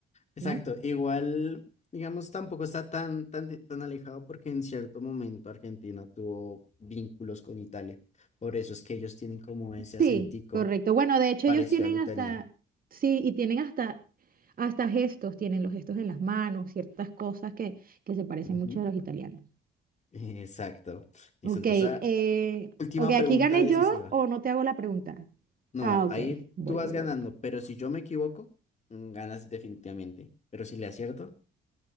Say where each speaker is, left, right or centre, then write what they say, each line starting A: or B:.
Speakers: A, on the left; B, on the right.
A: Exacto,
B: ¿no?
A: igual, digamos, tampoco está tan, tan, de- tan alejado porque en cierto momento Argentina tuvo vínculos con Italia. Por eso es que ellos tienen como ese acentico
B: Sí, correcto. Bueno, de hecho
A: parecido
B: ellos tienen
A: al italiano.
B: hasta, sí, y tienen hasta, hasta gestos, tienen los gestos en las manos, ciertas cosas que, que se parecen
A: Ujú,
B: mucho a los italianos.
A: Exacto. Listo,
B: Ok,
A: entonces,
B: eh,
A: ah, última
B: ok, aquí
A: pregunta
B: gané
A: decisiva.
B: yo o no te hago la pregunta.
A: No,
B: Ah, ok,
A: ahí
B: voy,
A: tú vas
B: voy,
A: ganando,
B: voy.
A: pero si yo me equivoco, mm, ganas definitivamente. Pero si le acierto,